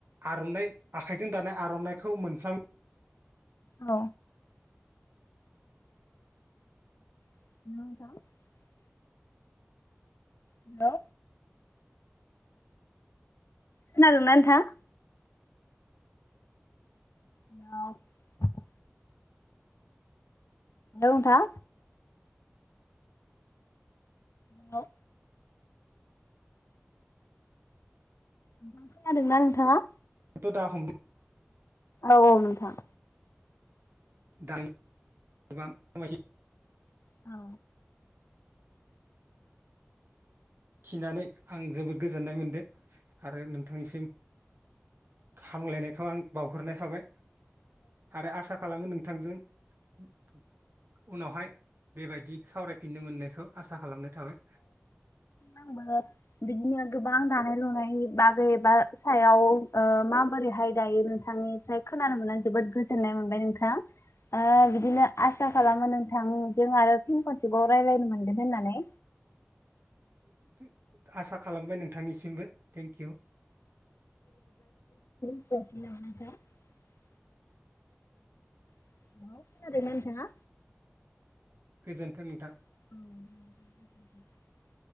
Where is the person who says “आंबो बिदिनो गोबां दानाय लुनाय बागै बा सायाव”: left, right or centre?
Left